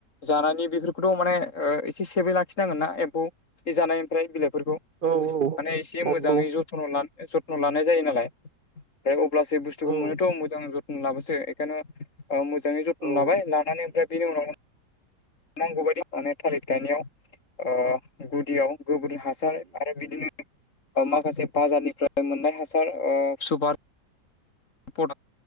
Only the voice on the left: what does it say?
जानायनि बेफोरखौथ' माने एसे सेबै लाखिनांगोन ना एम्फौ बे जानायनिफ्राय बिलाइफोरखौ
माने एसे
मोजाङै ज जथ्न' लानाय जायो नालाय ओमफ्राय अब्लासो बुस्थुखौ
मोनोथ' मोजां ज थन लाबोसो। बेखायनो मोजाङै जथ'न
लाबाय लानानै ओमफ्राय बेनि उनाव नांगौ बायदि माने थालिर थानायाव गुदियाव गोबोरि हासार आरो बिदिनो माखासे बाजारनिफ्राय मोननाय हासार ओ सुपार <unintelligible>